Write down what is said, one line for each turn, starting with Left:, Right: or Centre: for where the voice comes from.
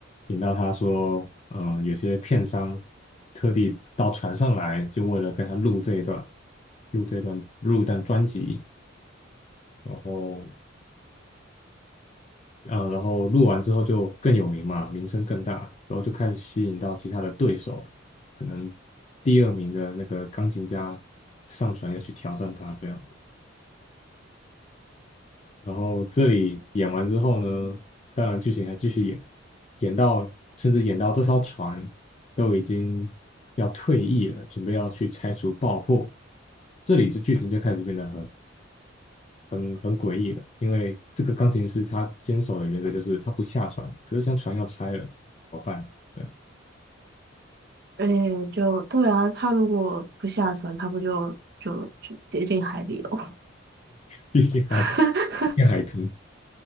Left: 演到他说，嗯，有些片商特地到船上来，就为了跟他录这一段，录这一段，录一段专辑，然后啊呃，然后录完之后就更有名嘛，名声更大，然后就开始吸引到其他的对手，可能第二名的那个钢琴家上船要去挑战他这样子。然后这里演完之后呢，当然剧情还继续演，演到甚至演到这艘船都已经要退役了，准备要去拆除爆破，这里就剧情就开始变得很很很诡异的，因为这个钢琴师他坚守的原则就是他不下船，可是像船要拆了怎么办？对啊，
Right: 哎，就对啊，他如果不下船，他不就就就跌进海里了？
Left: 毕竟还
Right: <laughs>
Left: 要海豚，